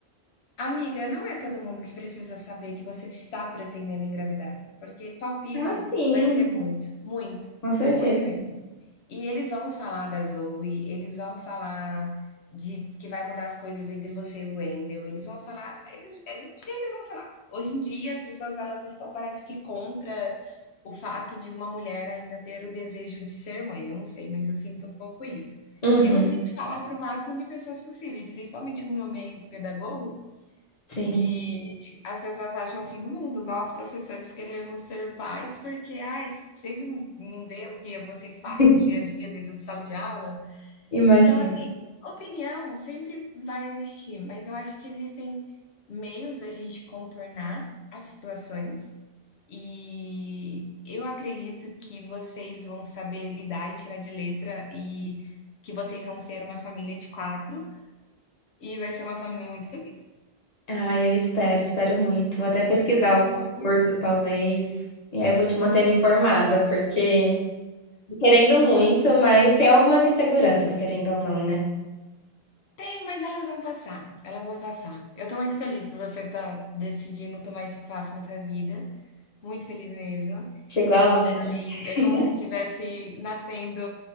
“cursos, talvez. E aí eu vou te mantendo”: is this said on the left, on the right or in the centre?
Left